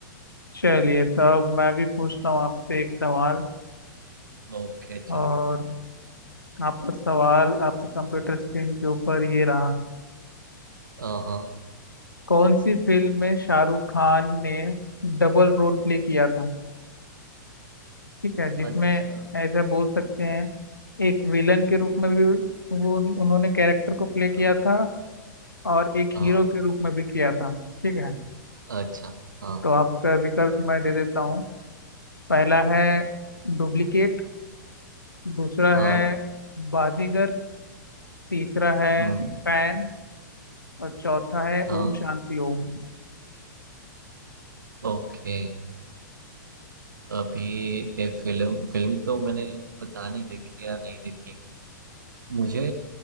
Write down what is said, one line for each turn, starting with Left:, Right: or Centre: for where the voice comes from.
Left: चलिए तब मैं भी पूछता हूँ आपसे एक सवाल
Right: ओके
Left: और
Right: चलो
Left: आपका सवाल आपके कंप्यूटर स्क्रीन के ऊपर ये रहा
Right: हाँ हाँ,
Left: कौन सी फिल्म में शाहरुख खान ने डबल रोल प्ले किया था ठीक है जिसमें
Right: अच्छा
Left: ऐसा बोल सकते हैं एक विलन के रूप में भी वो उन्होंने कैरेक्टर को प्ले किया
Right: हाँ
Left: था और एक
Right: हाँ
Left: हीरो के रूप में भी किया था ठीक है
Right: अच्छा हाँ
Left: तो आपका विकल्प मैं दे देता हूँ पहला है डुप्लीकेट दूसरा
Right: हाँ
Left: है बाजीगर तीसरा है
Right: हम्म,
Left: फैन और चौथा है
Right: हाँ
Left: ओम शांति ओम
Right: ओके अभी ये फिल्म फिल्म तो मैंने पता नहीं देखी या नहीं देखी मुझे